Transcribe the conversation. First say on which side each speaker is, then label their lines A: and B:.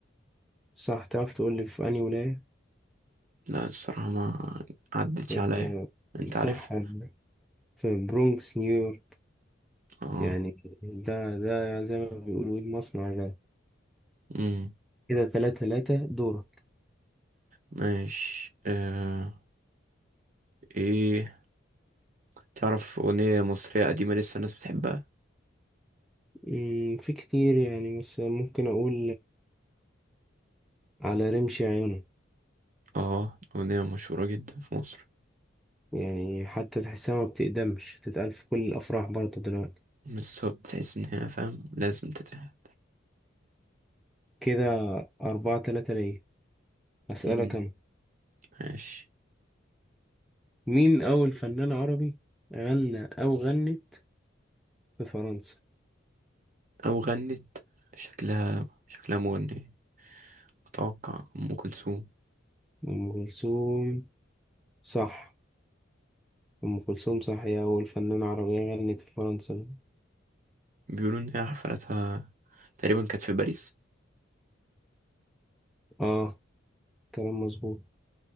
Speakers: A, in the centre; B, on the right.
A: صح تعرف تقول لي في أنهي ولاية؟
B: لا الصراحة ما عدتش
A: آه
B: عليا أنت
A: صح
B: عارف؟
A: في برونكس نيويورك
B: اه
A: يعني ده ده زي ما بيقولوا إيه مصنع الراب
B: مم.
A: كده تلاتة تلاتة دورك
B: ماشي آه. إيه تعرف أغنية مصرية قديمة لسه الناس بتحبها؟
A: مم، في كتير يعني بس ممكن أقول على رمش عيونك
B: اه أغنية مشهورة جدا في مصر
A: يعني حتى تحسها ما بتقدمش بتتقال في كل الأفراح برضه دلوقتي
B: بالظبط تحس إن هي فاهم لازم تتعب
A: كده أربعة تلاتة ليا أسألك
B: مم،
A: أنا
B: ماشي
A: مين أول فنان عربي غنى أو غنت في فرنسا؟
B: أو غنت شكلها شكلها مغنية أتوقع أم كلثوم
A: أم كلثوم صح أم كلثوم صح هي أول فنانة عربية غنت في فرنسا
B: بيقولوا إن هي حفلتها تقريبا كانت في باريس
A: آه كلام مظبوط